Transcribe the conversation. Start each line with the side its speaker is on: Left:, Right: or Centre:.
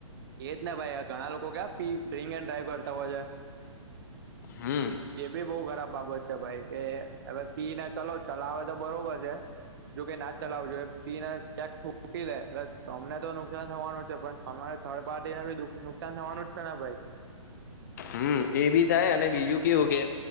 Right: એજ ને ભાઈ આ ઘણા લોકો ક્યા પી ડ્રિંક એન્ડ ડ્રાઈવ કરતા હોય છે
Left: હમ.
Right: એ બી બઉ ખરાબ બાબત છે ભાઈ કે હવે પી ને ચલો ચલાવે તો બરોબર છે જોકે નાજ ચલાવુ જોયે પી ને ક્યાક થોક મૂકી લે અરે તમને તો નુકસાન થવાનું જ છે પણ સામે વારી થર્ડ પાર્ટીને ભી નુક-નુકસાન થવાનું જ છે ને ભાઈ.
Left: હમ, એ બી થાય અને બીજું કેવું કે